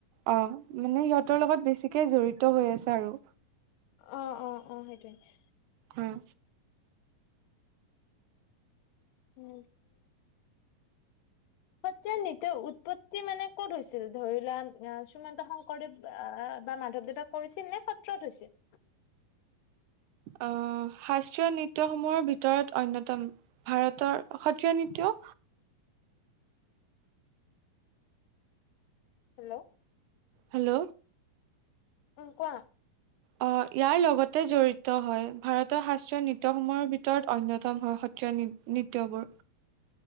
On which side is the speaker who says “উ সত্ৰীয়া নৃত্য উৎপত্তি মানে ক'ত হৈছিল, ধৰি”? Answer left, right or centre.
Left